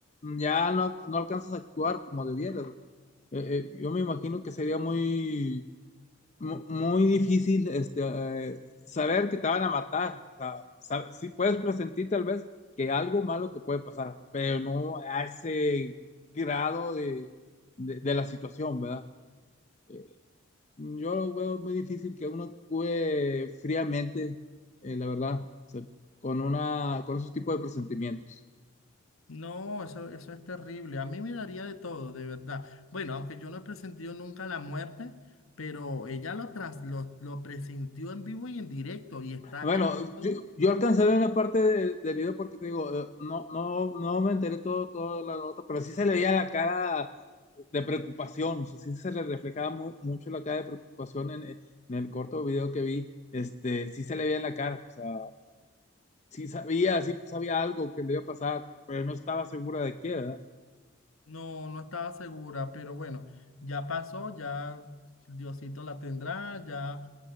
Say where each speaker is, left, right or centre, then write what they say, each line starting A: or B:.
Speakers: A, on the left (about 35°); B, on the left (about 85°).
A: ya no, no alcanzas a actuar como debieras. Eh, eh, yo me imagino que sería muy mu- muy difícil este, eh, saber que te van a matar. O sea, sab- sí puedes presentir tal vez que algo malo te puede pasar, pero no a ese grado de, de, de la situación, ¿verdad? Eh, yo lo veo muy difícil que uno actúe fríamente, eh, la verdad, o sea, con, una, con esos tipos de presentimientos.
B: No, eso, eso es terrible. A mí me daría de todo, de verdad. Bueno, aunque yo no he presentido nunca la muerte, pero ella lo, tras, lo, lo presintió en vivo y en directo y está
A: Bueno,
B: grabado.
A: yo, yo alcancé a ver una parte de- del video porque te digo, eh, no, no, no me enteré todo, todo la nota, pero sí se le veía la cara de preocupación, o sea, sí se le reflejaba mu- mucho la cara de preocupación en, en el corto video que vi, este, sí se le veía en la cara, o sea, sí sabía, sí sabía algo que le iba a pasar, pero no estaba segura de qué, ¿verdad?
B: No, no estaba segura, pero bueno, ya pasó, ya Diosito la tendrá, ya